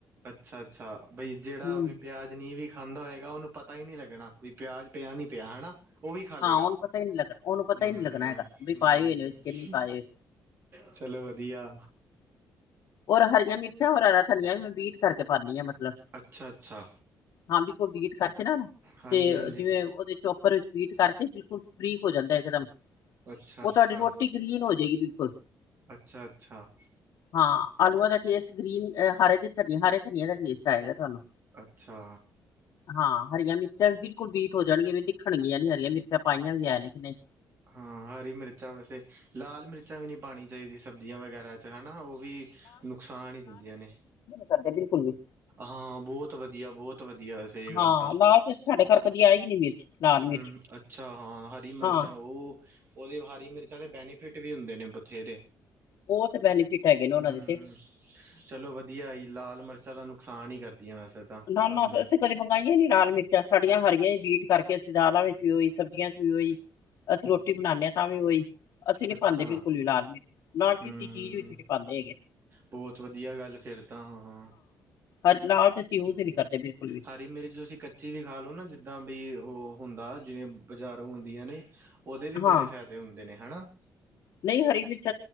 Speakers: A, on the right (about 35°); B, on the left (about 60°).
A: ਅੱਛਾ-ਅੱਛਾ, ਬਈ ਜੇੜਾ
B: ਹਮ
A: ਵੀ ਪਿਆਜ ਨੀ ਵੀ ਖਾਂਦਾ ਹੋਏਗਾ ਉਹਨੂੰ ਪਤਾ ਈ ਨੀ ਲੱਗਣਾ। ਵੀ ਪਿਆਜ ਪਿਆ ਨਹੀਂ ਪਿਆ ਹਣਾ, ਉਹ ਵੀ ਖਾਲੇਗਾ,
B: ਹਾਂ ਉਹਨੂੰ ਪਤਾ ਹੀ ਨੀ ਲੱਗਣਾ ਉਹਨੂੰ ਪਤਾ
A: ਹੂੰ।
B: ਹੀ ਨੀ ਲੱਗਣਾ ਹੈਗਾ ਵੀ
A: ਹੂੰ,
B: ਪਾਏ ਹੋਏ ਨੇ ਵਿੱਚ ਕਿ ਨਹੀਂ ਪਾਏ ਹੋਏ
A: ਚਲੋ ਵਧੀਆ।
B: ਔਰ ਹਰੀਆਂ ਮਿਰਚਾਂ, ਓਰ ਹਰਾ ਧਨੀਆ ਵੀ ਮੈਂ ਬੀਟ ਕਰਕੇ ਪਾਂਨੀ ਆਂ, ਮੈਂ। ਮਤਲਬ,
A: ਅੱਛਾ ਅੱਛਾ
B: ਹਾਂ ਵੀ ਕੋਈ ਬੀਟ ਕਰਕੇ ਨਾ ਉਹਨੂੰ
A: ਹਾਂਜੀ
B: ਤੇ,
A: ਹਾਂਜੀ
B: ਜਿਵੇਂ ਉਹਦੇ'ਚ ਉੱਪਰ ਵਿੱਚ ਬੀਟ ਕਰਕੇ, ਬਿਲਕੁਲ ਬਰੀਕ ਹੋ ਜਾਂਦਾ ਇੱਕਦਮ।
A: ਅੱਛਾ
B: ਉਹ
A: ਅੱਛਾ
B: ਤੁਹਾਡੀ ਰੋਟੀ ਗ੍ਰੀਨ ਹੋਜੇਗੀ, ਬਿਲਕੁਲ।
A: ਅੱਛਾ ਅੱਛਾ
B: ਹਾਂ, ਆਲੂਆਂ ਦਾ ਟੇਸਟ ਗ੍ਰੀਨ, ਹਰੇ ਧਨੀ ਹ ਧਨੀਏ ਦਾ ਟੇਸਟ ਆਏਗਾ ਤੁਹਾਨੂੰ।
A: ਅੱਛਾ।
B: ਹਾਂ, ਹਰੀਆਂ ਮਿਰਚਾਂ ਵੀ ਬਿਲਕੁਲ ਬੀਟ ਹੋ ਜਾਣਗੀਆਂ, ਵੀ ਦਿਖਣਗੀਆਂ ਨੀ, ਵੀ ਹਰੀਆਂ ਮਿਰਚਾਂ ਪਾਈਆਂ ਵੀ ਐ ਨੇ ਕਿ ਨਹੀਂ।
A: ਹਾਂ, ਹਰੀ ਮਿਰਚਾਂ ਵੈਸੇ, ਲਾਲ ਮਿਰਚਾਂ ਵੀ ਨਹੀਂ ਪਾਣੀ ਚਾਹੀਦੀ ਸਬਜ਼ੀਆਂ ਵਗੈ ਚ ਹਨਾ, ਉਹ ਵੀ ਨੁਕਸਾਨ ਹੀ ਦਿੰਦੀਆਂ ਨੇ।
B: ਸਾਡੇ ਬਿਲਕੁਲ ਵੀ
A: ਹਾਂ ਬਹੁਤ ਵਧੀਆ, ਬਹੁਤ ਵਧੀਆ, ਵੈਸੇ ਇਹ
B: ਹਾਂ
A: ਗੱਲ ਤਾਂ।
B: ਸਾਡੇ ਘਰ ਕਦੀ ਆਈ ਹੀ ਨੀ ਮਿਰਚ ਲਾਲ ਮਿਰਚ
A: ਹੂੰ, ਅੱਛਾ ਹਾਂ ਹਰੀ ਮਿਰਚਾਂ
B: ਹਾਂ
A: ਓ ਉਹਦੇ ਹਰੀ ਮਿਰਚਾਂ ਦੇ ਬੈਨੀਫਿਟ ਵੀ ਹੁੰਦੇ ਨੇ, ਬਥੇਰੇ।
B: ਬਹੁਤ ਬੈਨੀਫਿਟ ਹੈਗੇ ਨੇ ਉਹਨਾਂ
A: ਹੂੰ,
B: ਦੇ ਤੇ
A: ਚਲੋ ਵਧੀਆ ਈ, ਲਾਲ ਮਰ ਜ਼ਿਆਦਾ ਨੁਕਸਾਨ ਈ ਕਰਦੀਆਂ ਵੈਸੇ। ਤਾਂ
B: ਨਾ-ਨਾ,
A: ਅੰਦਰ
B: ਅਂ ਅਸੀਂ ਕਦੇ ਮੰਗਾਈਆਂ ਈ ਨੀ ਲਾਲ ਮਿਰਚਾਂ, ਸਾਡੀਆਂ ਹਰੀਆਂ ਈ ਬੀਟ ਕਰਕੇ ਦਾਲਾਂ ਵਿੱਚ ਵੀ ਓਈ, ਸਬਜ਼ੀਆਂ'ਚ ਵੀ ਓਈ, ਅਸੀਂ ਰੋਟੀ ਬਣਾਂਨੇ ਆ ਤਾਂ ਵੀ ਓਈ। ਅਸੀਂ ਨੀ
A: ਅੱਛਾ
B: ਪਾਂਦੇ ਬਿਲਕੁਲ ਵੀ ਲਾਲ ਮਿਰਚ, ਨਾ ਕਿਸੀ
A: ਹੂੰ
B: ਚੀਜ਼ ਵਿੱਚ ਨੀ ਪਾਂਦੇ ਹੈਗੇ।
A: ਬਹੁਤ ਵਧੀਆ ਗੱਲ ਫਿਰ ਤਾਂ, ਹਾਂ।
B: ਹਰ ਲਾਲ'ਚ ਅਸੀਂ ਯੂਜ ਈ ਨੀ ਕਰਦੇ ਬਿਲਕੁਲ ਵੀ
A: ਹਰੀ ਮਿਰਚ ਤੁਸੀਂ ਕ ੱਚੀ ਵੀ ਖਾਲੋ ਨਾ ਜਿੱਦਾਂ ਵੀ ਉਹ ਹੁੰਦਾ, ਜਿਵੇਂ ਬਜ਼ਾਰੋਂ ਹੁੰਦੀਆਂ ਨੇ, ਉਹਦੇ ਵੀ
B: ਹਾਂ
A: ਬੜੇ ਫਾਇਦੇ ਹੁੰਦੇ ਨੇ, ਹਨਾ।
B: ਨਹੀਂ ਹਰੀ ਮਿਰਚ